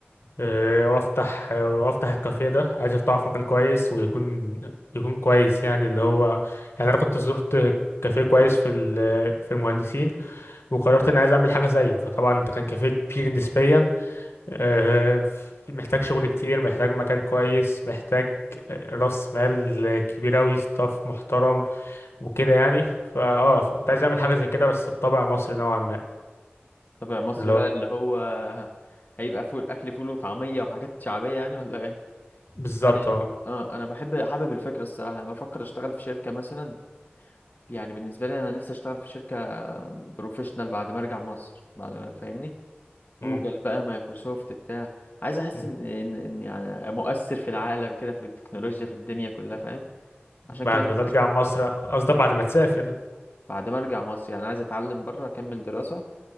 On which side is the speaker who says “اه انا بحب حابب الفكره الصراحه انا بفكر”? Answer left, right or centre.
Left